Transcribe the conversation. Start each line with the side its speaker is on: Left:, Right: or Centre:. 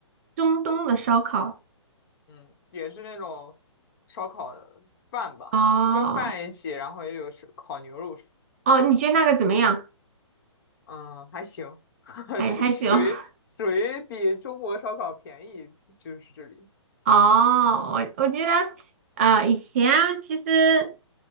Right: 中东的烧烤，
Left: 嗯，也是那种烧烤的饭吧，
Right: 哦
Left: 就是跟饭一起，然后又有是烤牛肉。
Right: 哦，你觉得那个怎么样？
Left: 嗯，还行，<laughs>
Right: 还还行。
Left: 就属于属于比中国烧烤便宜，
Right: <laughs>
Left: 就是这里。
Right: 哦，我我觉得，呃，以前啊其实，